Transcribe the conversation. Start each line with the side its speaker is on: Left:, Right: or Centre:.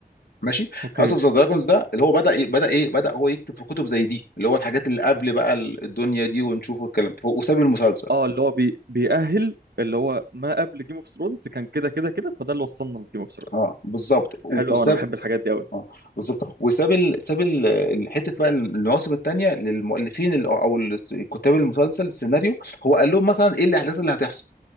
Left: ماشي
Right: اوكي
Left: هاوس اوف ذا دراجونز ده اللي هو بدا إيه بدا ايه بدا هو يكتب في كتب زي دي اللي هو الحاجات اللي قبل بقى ال- الدنيا دي ونشوف الكلام هو- وساب المسلسل
Right: اه اللي هو بي... بيأهل اللي هو ما قبل جيم اوف ثرونز كان كده كده كده فده اللي وصلنا لجيم اوف ثرونز
Left: اه بالظبط و-
Right: حلو
Left: وساب
Right: قوي انا بحب الحاجات دي قوي
Left: اه بالظبط وساب ال... ساب ال... ال- حته بقى المواسم الثانيه للمؤلفين ال... او ال- كتاب المسلسل السيناريو هو قال لهم مثلا ايه الاحداث اللي هتحصل